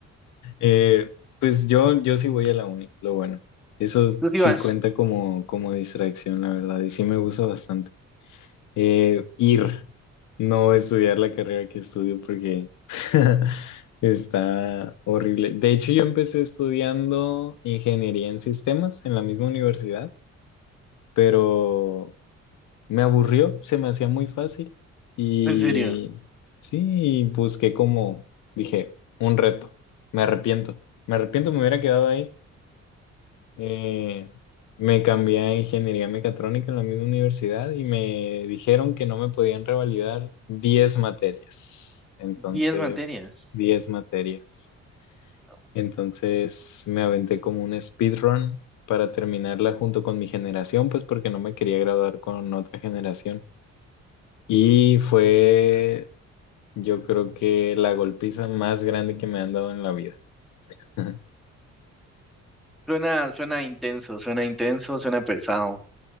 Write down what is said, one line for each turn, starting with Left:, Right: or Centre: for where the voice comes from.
Left: Eh, pues yo, yo sí voy a la uni, lo bueno. Eso
Centre: Tú sí
Left: sí
Centre: vas,
Left: cuenta como, como distracción, la verdad, y sí me gusta bastante. Eh, ir, no estudiar la carrera que estudio porque <laughs> está horrible. De hecho, yo empecé estudiando ingeniería en sistemas en la misma universidad, pero me aburrió, se me hacía muy fácil y
Centre: en serio.
Left: sí, busqué como, dije, un reto. Me arrepiento, me arrepiento, me hubiera quedado ahí. Eh, me cambié a ingeniería mecatrónica en la misma universidad y me dijeron que no me podían revalidar 10 materias. Entonces,
Centre: Diez materias.
Left: 10 materias.
Centre: No.
Left: Entonces, me aventé como un speedrun para terminarla junto con mi generación, pues porque no me quería graduar con otra generación. Y fue, yo creo que la golpiza más grande que me han dado en la vida. <laughs>
Centre: Suena, suena intenso, suena intenso, suena pesado.